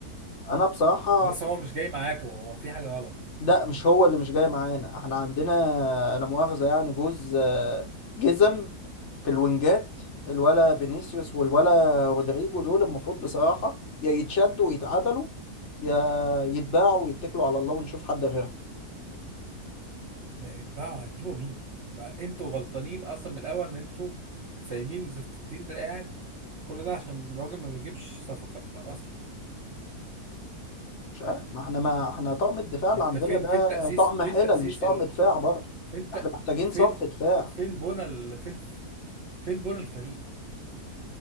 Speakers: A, on the left; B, on the right.
A: انا بصراحة
B: بص هو مش جاي معاكم هو في حاجه غلط
A: لا مش هو اللي مش جاي معانا احنا عندنا لا مؤاخذة يعني جوز آه، جزم في الوينجات الولا فينيسيوس والولا رودريجو دول المفروض بصراحة يا يتشدوا ويتعدلوا يا يتباعوا ويتكلوا على الله ونشوف حد غيرهم
B: بقى هتجيبوا مين بقى انتوا غلطانين اصلا من الاول ان انتوا سايبين زفت التين ده قاعد كل ده عشان الراجل ما بيجيبش صفقات اصلا
A: مش عارف ما احنا ما احنا طقم الدفاع اللي
B: انت
A: عندنا
B: فين
A: ده
B: فين تأسيس
A: طقم
B: فين
A: حلل
B: تأسيس
A: مش طقم دفاع برضه
B: فين ت...
A: احنا محتاجين
B: فين
A: صف دفاع
B: فين بونا ال... فين فين بونا الفريق